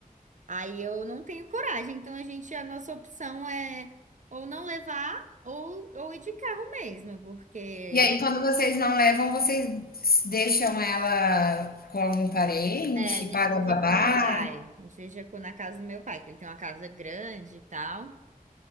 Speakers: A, on the right (about 55°); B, on the left (about 85°).
A: Aí eu não tenho coragem, então a gente, a nossa opção é ou não levar ou, ou ir de carro mesmo, porque
B: E aí, quando vocês não levam, vocês deixam ela com algum parente,
A: é, a gente
B: paga
A: deixa
B: babá?
A: com meu pai, a gente deixa com- na casa do meu pai, que ele tem uma casa grande e tal.